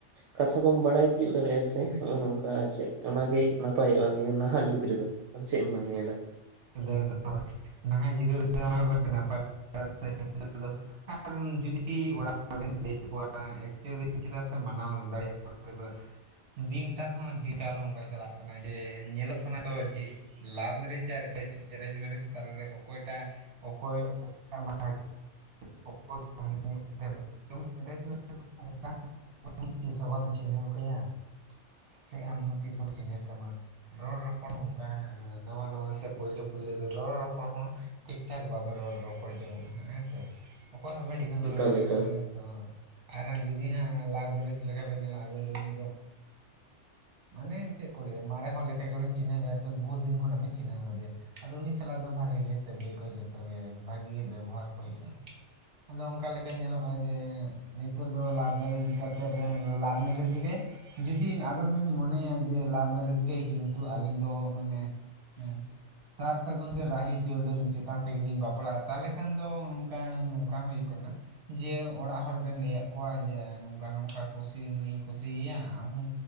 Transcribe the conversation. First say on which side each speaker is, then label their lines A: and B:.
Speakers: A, on the right; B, on the right.
A: ᱠᱟᱛᱷᱟ ᱠᱚᱢ ᱵᱟᱲᱟᱭ ᱛᱤᱭᱳᱜ ᱫᱟᱲᱮᱭᱟᱜ-ᱟ, ᱥᱮ ᱦᱚᱜᱚ ᱱᱚᱝᱠᱟ ᱟᱨ ᱪᱮᱫ ᱚᱱᱟᱜᱮ ᱱᱟᱯᱟᱭᱚᱜ-ᱟ ᱱᱤᱭᱟᱹ ᱱᱟᱦᱟᱜ ᱡᱩᱜᱽ ᱨᱮᱫᱚ᱾ ᱟᱢ ᱪᱮᱜ ᱮᱢ ᱢᱚᱱᱮᱭᱫᱟ?
B: ᱮᱠᱫᱚᱢ ᱮᱠᱫᱚᱢ <unintelligible> <unintelligible> ᱮᱠᱪᱩᱭᱮᱞᱤ ᱪᱮᱫᱟᱜ ᱥᱮ ᱢᱟᱱᱟᱣ ᱫᱟᱲᱮ <unintelligible> ᱫᱤᱱᱴᱟᱜ ᱦᱚᱸ ᱫᱤᱠᱟᱞ ᱚᱝᱠᱟ ᱪᱟᱞᱟᱜ ᱠᱟᱱᱟ, ᱡᱮ ᱧᱮᱞᱚᱜ ᱠᱟᱱᱟ ᱛᱚ ᱡᱮ ᱞᱟᱵᱽ ᱢᱮᱨᱮᱡᱽ ᱟᱨ ᱮᱡᱽ ᱮᱨᱮᱡᱽ ᱢᱮᱨᱮᱡᱽ ᱛᱟᱞᱟᱨᱮ ᱚᱠᱚᱭᱴᱟᱜ ᱚᱠᱚᱭ <unintelligible> <unintelligible> <unintelligible> ᱛᱤᱥ ᱦᱚᱸ ᱵᱟᱢ ᱪᱤᱱᱦᱟᱹᱣ ᱠᱟᱭᱟ᱾ ᱥᱮ ᱟᱢ ᱦᱚᱸ ᱛᱤᱥᱦᱚᱢ ᱪᱤᱱᱦᱟᱹᱣ ᱠᱟᱢᱟ, ᱨᱚᱲ ᱨᱚᱯᱚᱲ ᱦᱚᱸ ᱚᱝᱠᱟ ᱱᱟᱣᱟ ᱱᱟᱣᱟ ᱥᱮ ᱯᱩᱭᱞᱳ ᱯᱩᱭᱞᱟᱹ ᱫᱚ ᱨᱚᱲ ᱨᱚᱯᱚᱲ ᱦᱚᱸ ᱴᱷᱤᱠ ᱴᱷᱟᱠ ᱵᱟᱵᱮ ᱨᱚᱲ ᱨᱚᱯᱚᱲ ᱡᱚᱝᱚᱜ-ᱟ ᱦᱮᱸᱥᱮ᱾ ᱚᱠᱚᱭ ᱦᱚᱸ ᱵᱟᱵᱮᱱ
A: ᱚᱱᱠᱟ
B: <unintelligible>
A: ᱞᱮᱠᱟ
B: ᱛᱚ ᱟᱨ ᱡᱩᱫᱤ ᱦᱟᱸᱜ ᱞᱟᱵᱽ ᱢᱮᱨᱮᱡᱽ ᱞᱮᱠᱟ ᱵᱮᱱ ᱧᱮᱞᱟ ᱟᱹᱵᱮᱱ ᱫᱚ ᱩᱱᱤ ᱫᱚ ᱢᱟᱱᱮ ᱪᱮᱫ ᱠᱚ ᱞᱟᱹᱭᱟ ᱢᱟᱨᱮ ᱦᱚᱲ ᱞᱮᱠᱟ ᱜᱮᱵᱮᱱ ᱪᱤᱱᱦᱟᱹᱣᱮ ᱜᱮᱭᱟ ᱛᱚ ᱵᱩᱦᱩᱛ ᱫᱤᱱ ᱠᱷᱚᱱᱟᱜ ᱵᱤᱱ ᱪᱤᱱᱦᱟᱹᱣ ᱜᱚᱫᱮᱭ-ᱟ᱾ ᱟᱫᱚ ᱩᱱᱤ ᱥᱟᱞᱟᱜ ᱫᱚ ᱵᱷᱟᱜᱮ ᱜᱮ ᱥᱟᱹᱜᱟᱹᱭ ᱠᱚ ᱡᱚᱛᱚ ᱜᱮ ᱵᱷᱟᱜᱤ ᱜᱮ ᱵᱮᱵᱚᱦᱟᱨ ᱠᱚ ᱦᱩᱭᱩᱜ-ᱟ᱾ ᱟᱫᱚ ᱚᱝᱠᱟ ᱞᱮᱠᱟ ᱧᱮᱞᱚᱜ-ᱟ ᱡᱮ ᱱᱤᱛᱳᱜ ᱫᱚ ᱞᱟᱵᱽ ᱢᱮᱨᱮᱡᱽ ᱠᱟᱛᱮᱫ ᱨᱮ ᱞᱟᱵᱽ ᱢᱮᱨᱮᱡᱽ ᱜᱮ ᱡᱩᱫᱤ ᱟᱵᱮᱱ ᱵᱮᱱ ᱢᱚᱱᱮᱭᱟ ᱡᱮ ᱞᱟᱵᱽ ᱢᱮᱨᱮᱡᱽ ᱜᱮ ᱠᱤᱱᱛᱩ ᱟᱹᱞᱤᱧ ᱫᱚ ᱢᱟᱱᱮ ᱦᱩᱸ ᱥᱟᱨ ᱥᱟᱹᱜᱩᱱ ᱥᱮ ᱨᱟᱦᱤ ᱪᱟᱹᱣᱰᱟᱹᱞ ᱪᱮᱛᱟᱱ ᱛᱮᱜᱮᱞᱤᱧ ᱵᱟᱯᱞᱟᱜ-ᱟ ᱛᱟᱦᱞᱮ ᱠᱷᱟᱱ ᱫᱚ ᱚᱝᱠᱟ ᱱᱚᱝᱠᱟ ᱦᱚᱸ ᱦᱩᱭᱩᱜ ᱠᱟᱱᱟ᱾ ᱡᱮ ᱚᱲᱟᱜ ᱦᱚᱲ ᱵᱮᱱ ᱞᱟᱹᱭᱟᱜ ᱠᱚᱣᱟ, ᱡᱮ ᱱᱚᱝᱠᱟ ᱱᱚᱝᱠᱟ ᱠᱩᱥᱤ ᱱᱩᱭᱤᱧ ᱠᱩᱥᱤᱭᱮᱭ-ᱟ ᱟᱢ ᱦᱚᱢ